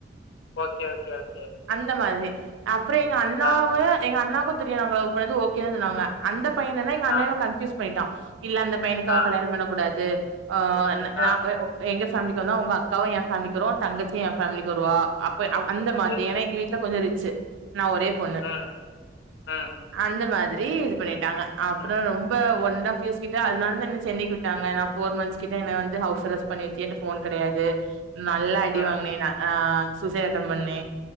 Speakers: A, on the left; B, on the right.
A: ஓகே ஓகே ஓகே
B: அந்த மாதிரி அப்ற எங்க அண்ணாவு
A: ஆ,
B: எங்க அண்ணாக்கு தெரியு நாங்க லவ் பண்ணது ஓகேதா சொன்னாங்க அந்த பைய என்னனா எங்கண்ணாவ
A: ஆ,
B: கன்ஃப்யூஸ் பண்ணிட்டா இல்ல அந்த பையனுக்கு அவ
A: ஆ,
B: கல்யாணம் பண்ணக் கூடாது ஆ அண்
A: ஆ.
B: நா எ உ எங்க ஃபேமிலிக்கு வந்தா உங்க அக்காவு எ ஃபேமிலிக்கு வருவா உ தங்கச்சி எ ஃபேமிலிக்கு வருவா அப்ப அவ் அந்த மாத்ரி
A: சரி,
B: ஏனா எங்க வீட்ல கொஞ்சோ ரிச்சு நா ஒரே பொண்ணு
A: அ அ
B: அந்த மாதிரி இது பண்ணிட்டாங்க அப்பறோ
A: ம்,
B: ரொம்ப ஒன்னா ஃப்யூஸ் கிட்ட அதனால என்ன சென்னைக்கு விட்டாங்க நா ஃபோர் மந்த்ஸ் கிட்ட என்ன வந்து ஹவுஸ் அரஸ் பண்ணி வெச்சி என்ட ஃபோன் கெடையாது நல்லா அடி
A: ம்.
B: வாங்குனே ஆ சூசேட் அட்டன் பண்ணே